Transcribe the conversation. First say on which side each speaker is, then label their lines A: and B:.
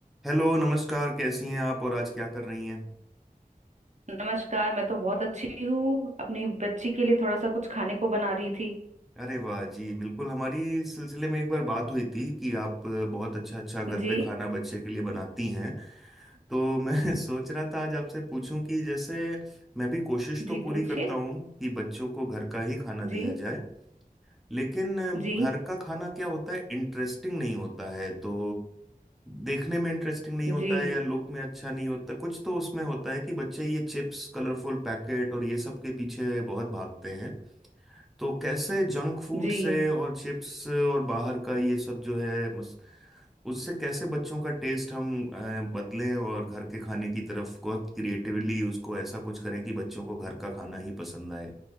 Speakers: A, in the centre; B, on the right (about 50°).
A: हेलो नमस्कार कैसी हैं आप और आज क्या कर रही हैं
B: नमस्कार मैं तो बहुत अच्छी हूँ अपनी बच्ची के लिए थोड़ा सा कुछ खाने को बना रही थी
A: अरे वाह जी बिल्कुल हमारी इस सिलसिले में एक बार बात हुई थी कि आप अ, बहुत अच्छा अच्छा घर
B: जी
A: पे खाना बच्चे के लिए बनाती हैं तो मैं <laughs> सोच रहा था आज आपसे पूछूं कि जैसे मैं भी कोशिश तो
B: जी
A: पूरी
B: पूछिए
A: करता हूँ कि बच्चों को घर का ही खाना
B: जी
A: दिया जाए लेकिन
B: जी
A: घर का खाना क्या होता है इंटरेस्टिंग नहीं होता है तो देखने में इंटरेस्टिंग नहीं
B: जी
A: होता है या लुक में अच्छा नहीं होता कुछ तो उसमें होता है कि बच्चे ये चिप्स कलरफुल पैकेट और ये सब के पीछे बहुत भागते हैं तो कैसे जंक फूड
B: जी
A: से और चिप्स और बाहर का ये सब जो है मस- उससे कैसे बच्चों का टेस्ट हम अ, बदलें और घर के खाने की तरफ बहुत क्रिएटिवली उसको ऐसा कुछ करें कि बच्चों को घर का खाना ही पसंद आए